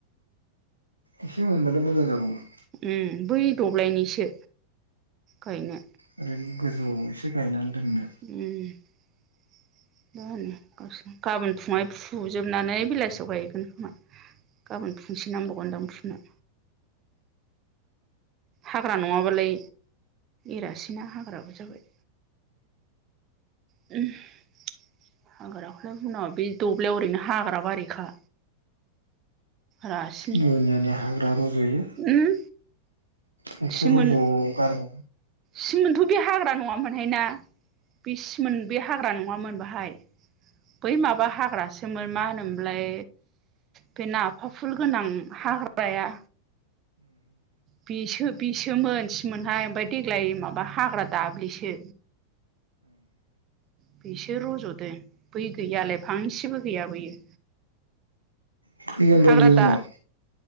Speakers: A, on the right; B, on the right.
A: एसे मोनबालाय मोजां जागौमोन।
B: उम बै दब्लायनिसो गायनो।
A: ओरैनो <unintelligible> गायनानै
B: उम
A: दोननो
B: मा होनो गावसोर गाबोन फुङावहाय फुजोबनानै बेलासियाव गायगोन खोमा गाबोन फुंसे नांबावगोनदां फुनो हाग्रा नङाबालाय एरासैना हाग्राबो जाबाय <unintelligible> हाग्राखौलाय बुंनाङा बे दब्लाययाव ओरैनो हाग्रा बारिखा। रासिन
A: दुनियानि हाग्रा रज'यो
B: उम
A: बेथ'
B: सिमोन
A: रज' गारहोन
B: सिमोनथ' बे हाग्रा नङा मोनहाय ना बे सिमोन बे हाग्रा नङामोन बाहाय बै माबा हाग्रासोमोन मा होनोमोनलाय बे नाफाफुल गोनां हाग्राया बिसो बिसोमोम सिमोनहाय ओमफाय देग्लाय माबा हाग्रा दाब्लिसो बेसो रज'दों बै गैयालाय फांसेबो गैया बैयो
A: फैगोन बा
B: हाग्रा
A: बेयो उनाव
B: दा